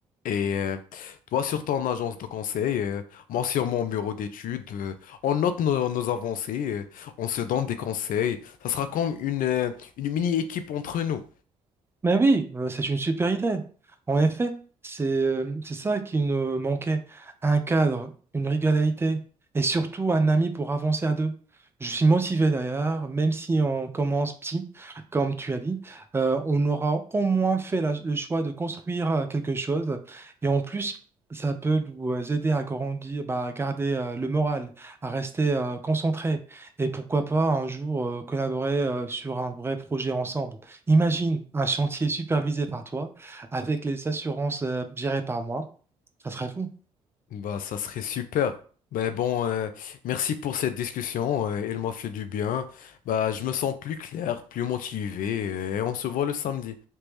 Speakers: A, on the left; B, on the right.
A: Et euh, toi sur ton agence de conseil, euh, moi sur mon bureau d'études, euh, on note nos, nos avancées, euh, on se donne des conseils. Ça sera comme une, euh, une mini-équipe entre nous.
B: Mais oui, euh, c'est une super idée. En effet, c'est euh, c'est ça qui nous manquait. Un cadre, une régularité et surtout un ami pour avancer à deux. Je suis motivé d'ailleurs, même si on commence petit, comme tu as dit, euh, on aura au moins fait la- le choix de construire euh, quelque chose. Et en plus, ça peut nous euh, aider à grandir, bah, à garder euh, le moral, à rester euh, concentré. Et pourquoi pas un jour euh, collaborer euh, sur un vrai projet ensemble. Imagine un chantier supervisé par toi, avec les assurances euh, gérées par moi. Ça serait fou.
A: Bah, ça serait super. Ben bon, euh, merci pour cette discussion. euh, elle m'a fait du bien. Bah, je me sens plus clair, plus motivé, euh, et on se voit le samedi.